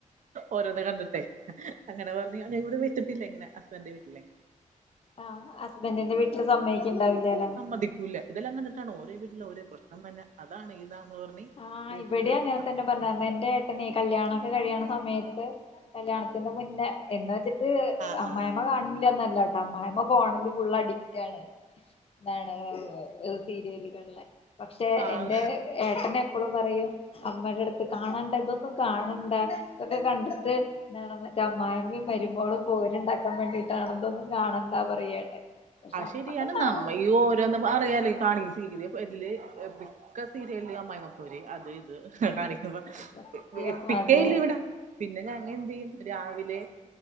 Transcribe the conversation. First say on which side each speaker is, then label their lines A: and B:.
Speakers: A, on the right (about 65°); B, on the left (about 45°).
A: ഓരോന്ന് കണ്ടിട്ടെ അങ്ങനെ പറഞ്ഞ് ഞാൻ എവിടേം വെച്ചിട്ടില്ല ഇങ്ങനെ ഹസ്ബന്റെ വീട്ടിലെ
B: ആഹ് ഹസ്ബന്റിന്റെ വീട്ടില് സമ്മയ്ക്കിണ്ടാവില്ലല്ലേ?
A: മ്മതിക്കൂല ഇതെലാം കണ്ടിട്ടാണ് ഓരേ വീട്ടില് ഓരേ പ്രശ്നംതന്നെ. അതാണ് ഇതാന്ന് പറഞ്ഞ്
B: ആഹ്
A: ഇത്
B: ഇവ്ടേം
A: ഇവിടെ
B: അങ്ങനെത്തന്നെ
A: അപ്പ സമ്മതിക്കൂല
B: പറഞ്ഞേർന്ന്. എന്റെ എന്നെ കല്യാണൊക്കെ കഴിയണ സമയത്ത് കല്യാണത്തിന്റെ മുന്നേ എന്ന് വെച്ചി ട്ട്
A: ആ
B: അമ്മായമ്മ
A: ആ ആ
B: കാണ്ന്ന്ല്യാന്നല്ലാട്ടാ. അമ്മായമ്മ ഫോണില് ഫുള്ള് അഡിക്റ്റാണ്. ന്താണ് സീരിയലുകള്‌ലെ പക്ഷേ
A: ആ
B: എന്റെ
A: അത്
B: ഏട്ടനെ എപ്പളും പറയും അമ്മെടെട്ത്ത് കാണണ്ട ഇതൊന്നും കാണണ്ട ഇതൊക്കെ കണ്ടിട്ട് എന്താണ്ന്ന്‌ അമ്മായമ്മിം മരുമോളും പോരുണ്ടാക്കാൻ വേണ്ടിട്ടാണതൊന്നും കാണണ്ടാ പറയും ഏട്ടൻ പക്ഷെ
A: ആഹ്
B: അമ്മക്കെ
A: ശെരിയാണ്.
B: കാണും
A: നമ്മ ഈ ഓരോന്ന് അറിയാല ഈ കാണി സീരിയ <unintelligible> മിക്ക സീരിയല് അമ്മായിമ്മപ്പോര് അത് ഇത് കാണിക്ക്മ്പ
B: സത്യം
A: വെപ്പിക്കേ
B: അതെ
A: ഇല്ലവിടെ പിന്നെ ഞങ്ങ എന്തെയ്യും രാവിലെ